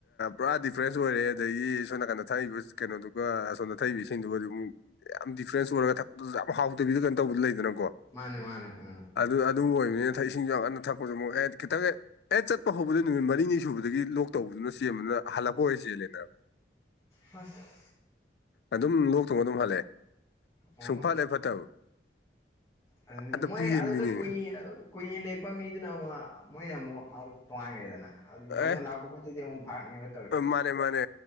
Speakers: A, on the left; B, on the left.
A: ꯄꯨꯔꯥ ꯗꯤꯐ꯭ꯔꯦꯟꯁ ꯑꯣꯏꯔꯦ ꯑꯗꯒꯤ ꯁꯣꯝ ꯅꯥ ꯀꯥꯟꯗꯣ ꯊꯛꯏꯕ ꯀꯩꯅꯣꯗꯨꯒ ꯑꯁꯣꯗ ꯊꯩꯕꯤꯁꯤꯡꯗꯨꯒꯗꯤ ꯑꯃꯨꯛ ꯌꯥꯝ ꯗꯤꯐ꯭ꯔꯦꯟꯁ ꯑꯣꯏꯔꯒ ꯊꯛ ꯌꯥꯝ ꯍꯥꯎꯇꯕꯤꯗ ꯀꯩꯅꯣ ꯇꯧꯕꯗ ꯂꯩꯗꯅꯀꯣ
B: ꯃꯥꯅꯦ ꯃꯥꯅꯦ ꯑ
A: ꯑꯗꯨ ꯑꯗꯨ ꯑꯣꯏꯕꯅꯤꯅ ꯊ ꯏꯁꯤꯡ ꯌꯥꯝ ꯑꯟꯅ ꯊꯛꯄꯁꯨ ꯑꯃꯨꯛ ꯍꯦ ꯈꯤꯇꯪ ꯍꯦꯛ ꯑꯦ ꯆꯠꯄ ꯍꯧꯕꯗ ꯅꯨꯃꯤꯠ ꯃꯔꯤꯅꯤ ꯁꯨꯕꯗꯒꯤ ꯂꯣꯛ ꯇꯧꯕꯗꯨꯅ ꯆꯦꯟꯕꯗꯨꯅ ꯍꯜꯂꯛꯄ ꯑꯣꯏ ꯆꯦꯜꯂꯦꯅ
B: ꯍꯁ
A: ꯑꯗꯨꯝ ꯂꯣꯛ ꯊꯨꯡꯉ ꯑꯗꯨꯝ ꯍꯜꯂꯦ
B: ꯑꯣꯍꯣ
A: ꯁꯨꯡ ꯐꯠꯂꯦ ꯐꯠꯇꯕ
B: ꯑꯗꯨꯅꯦ
A: ꯑꯗ ꯄꯤꯌꯦꯟꯕꯤꯅꯦ
B: ꯃꯣꯏ ꯑꯗꯨꯗ ꯀꯨꯏ ꯀꯨꯏꯅ ꯂꯦꯛꯄ ꯃꯤꯗꯨꯅ ꯑꯃ ꯃꯣꯏꯅ ꯑꯃꯨꯛ ꯇꯣꯉꯥꯏꯈ꯭ꯔꯦꯗꯅ ꯑꯗꯨ ꯅꯧꯅ
A: ꯑꯦ
B: ꯂꯥꯛꯄ ꯈꯣꯠꯇꯗꯤ ꯑꯃꯨꯛ ꯐꯥꯔꯛꯅꯦꯕ
A: ꯃꯥꯅꯦ ꯃꯥꯅꯦ